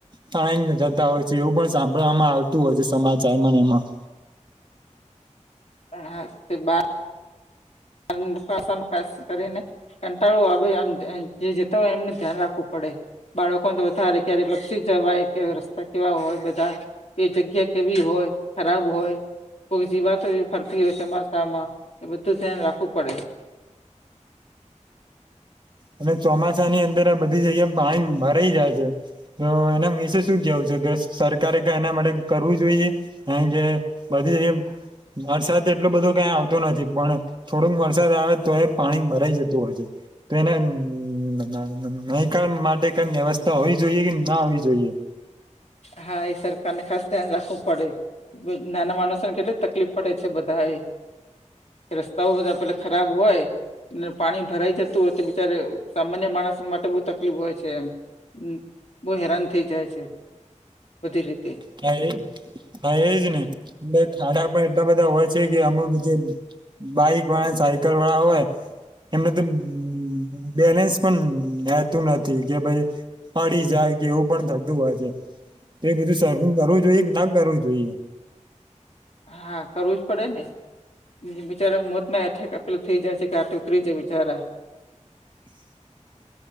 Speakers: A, on the right (about 35°); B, on the left (about 60°).
A: તણાઈ જતા હોય છે, એવું પણ સાંભળવામાં આવતું હોય છે, સમાચારમાં ને એમાં
B: <inaudible> <unintelligible> ખાસ કરીને કંટાળો આવે આમ જે જતા હોય એમને ધ્યાન રાખવું પડે બાળકો તો વધારે ક્યારે લપસી જવાય કે રસ્તા કેવા હોય બધા એ જગ્યા કેવી હોય ખરાબ હોય કોય જીવાતો એવી ફરતી હોય ચોમાસામાં એ બધું ધ્યાન રાખવું પડે
A: અને ચોમાસાની અંદર આ બધી જગ્યા પાણી ભરાઈ જાય છે. તો અવે એના વિશે શું કેવું છે, કે સરકારે કય એના માટે કરવું જોઈએ? કારણ કે બધી વરસાદ એટલો બધો કંઈ આવતો નથી પણ થોડોક વરસાદ આવે તો એ પાણી ભરાઈ જતું હોય છે. તો એના નહિકમ માટે કઈ વ્યવસ્થા હોવી જોઈએ કે ના હોવી જોઈએ?
B: હા એ સરકારને ખાસ ધ્યાન રાખવું પડે નાના માણસોને કેટલી તકલીફ પડે છે, બધા એ રસ્તાઓ બધા પેલા ખરાબ હોય ને પાણી ભરાઈ જતું હોય તો બિચારે સામાન્ય માણસ માટે બહુ તકલીફ હોય છે એમ હ બહુ હેરાન થઇ જાય છે બધી રીતે
A: હા એ હા એજ ને ખાડા પણ એટલા બધા હોય છે કે અમુક જે બાઈક વાળા સાયકલ વાળા હોય એમને તો બે-બેલેન્સ પણ રહેતું નથી કે ભાઈ પડી જાય કે એવું પણ થતું હોય છે તો એ બધું <unintelligible> કરવું જોઈએ કે ના કરવું જોઈએ.
B: હા કરવું જ પડે ને બિચારા મોત ના હઠેક પેલા થઈ જાય છે ઘાટ ઉતરી જાય બિચારા.
A: <unintelligible>